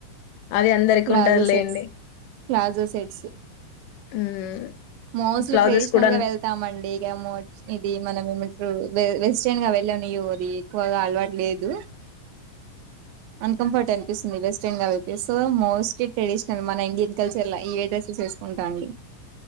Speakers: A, on the left; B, on the right.
A: అది అందరికి
B: ప్లాజో
A: ఉంటదిలేండి
B: సెట్స్, ప్లాజో సెట్స్,
A: మ్మ్.
B: మోస్ట్లీ
A: బ్లౌజెస్
B: ట్రెడిషనల్
A: కూడా
B: గా వెళ్తామండి, ఇగ మో ఇది మన ఏం అంటరు. వె వెజ్ వెస్ట్రన్ గా వెళ్ళను అది ఎక్కువగా అలవాటు లేదు అన్కంఫర్ట్ అనిపిస్తుంది వెస్ట్రన్ గా వెళ్తే సో మోస్ట్లీ ట్రెడిషనల్ మన ఇండియన్ కల్చర్ ల ఇవే డ్రెసెస్ వేసుకుంటా అండి